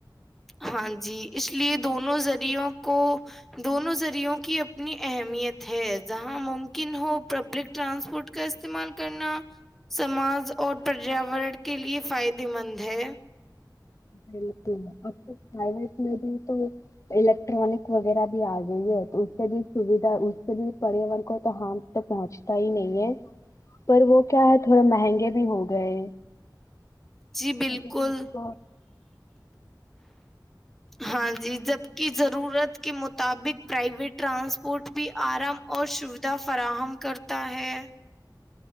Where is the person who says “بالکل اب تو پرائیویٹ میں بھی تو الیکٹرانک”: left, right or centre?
Left